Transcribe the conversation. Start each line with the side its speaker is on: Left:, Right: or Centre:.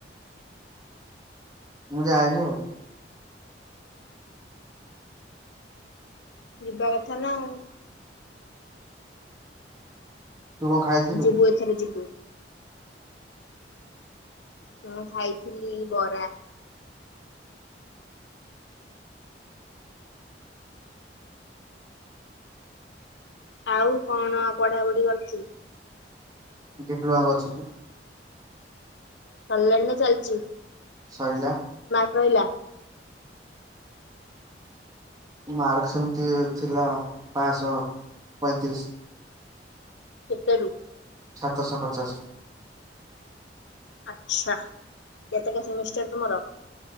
Right: ମୁଁ ଯାଏନି ଆଉ।
Left: ଯିବା କଥା ନା ଆଉ।
Right: ତୁ କଣ ଖାଇଥିଲୁ
Left: ଯିବୁ ଏଥରେ ଯିବୁ। ମୁଁ ଖାଇଥିଲି ବରା ଆଉ କଣ ପଢାପଢି କରିଛୁ।
Right: ଡିପ୍ଲୋମା ଗଛଲି
Left: କଲଣେ ଚାଲିଛି। ଜ
Right: ସରିଲା।
Left: ରଲା।
Right: ମାର୍କ ସେମିତି ଥିଲା ପାଞ୍ଚଶହ ପଇଁତିରିଶ
Left: କେତରୁ
Right: ସାତରଶହ ପଚାଶ
Left: ଆଚଛା କେତେ କେ ସେମିଷ୍ଟର ତୁମର